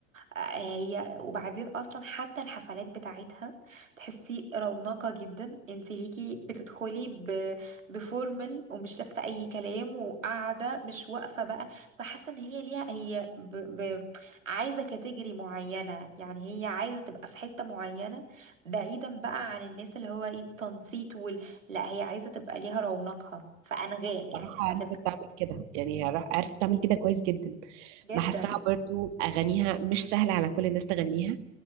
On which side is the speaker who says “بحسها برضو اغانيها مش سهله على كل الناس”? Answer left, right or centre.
Right